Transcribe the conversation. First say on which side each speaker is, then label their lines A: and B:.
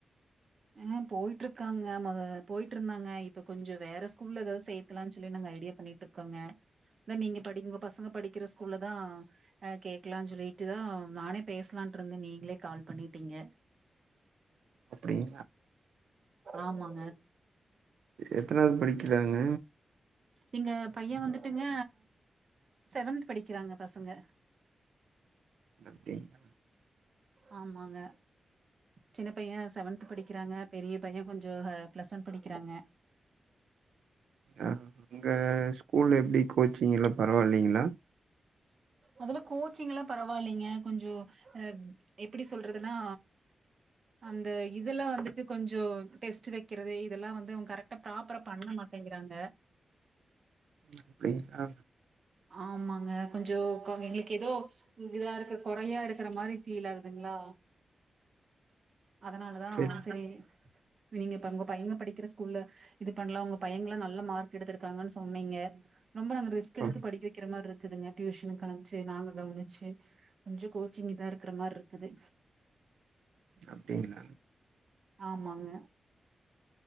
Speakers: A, on the right; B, on the right.
A: அ போயிட்ருக்காங்க மொத போயிட்ருந்தாங்க இப்ப கொஞ்சோ வேற ஸ்கூல்ல ஏதாது சேத் க்கலான்ஞ்சொல்லி நாங்க ஐடியா பண்ணிட்ருக்கோங்க அதான் நீங்க படிக் உங்க பசங்க படிக்கிற ஸ்கூல்லதா அ கேக்கலா சொல்லிட்டுதா நா பேசலான்ட்ருந்தே நீங்களே கால் பண்ணிட்டீங்க
B: அப்டிங்ளா
A: ஆமாங்க
B: எத்னாது படிக்கிறாங்க
A: எங்க பையன் வந்துட்டுங்க செவன்த் படிக்கிறாங்க பசங்க
B: அப்டிங்கா
A: ஆமாங்க சின்ன பையன் செவன்த்து படிக்கிறாங்க பெரிய பையன் கொஞ்சோ பிளஸ் ஒன் படிக்கிறாங்க
B: ஆ அங்க ஸ்கூல்ல எப்டி கோச்சிங்லா பரவால்லீங்ளா
A: அதுல கோச்சிங்லா பரவால்லிங்க கொஞ்சோ அ எப்பிடி சொல்றதுனா அந்த இதுல்லா வந்துட்டு கொஞ்சோ டெஸ்ட் வைக்கிறது இதல்லா வந்து அவன் கரெக்ட்டா ப்ராப்பரா பண்ண மாட் டேங்றாங்க <unintelligible>
B: அப்டிங்ளா
A: ஆமாங்க கொஞ்சோ கம் எங்குளுக் எதோ இதாருக்கு கொறையாருக்குற மாரி ஃபீலாகுதுங்ளா அதனாலதா
B: செரி
A: சேரி நீங்க இப்ப ஒங்க பையங்க படிக்கிற ஸ்கூல்ல இது பண்ணலா ஒங்க பையங்கலா நல்ல மார்க் எடுத்துருக்காங்க சொன்னீங்க ரொம்ப நாங்க ரி்ஸ்கெடுத்து
B: ஓ
A: படிக்க வக்கிற மாரிருக்குதுங்க டியூஷ்னு ஆகவனவனுச்சு நாங்க கவனிச்சு கொஞ்சோ கோச்சிங் இதா இருக்கிற மாரி இருக்குது
B: அப்படிங்களா
A: ஆமாங்க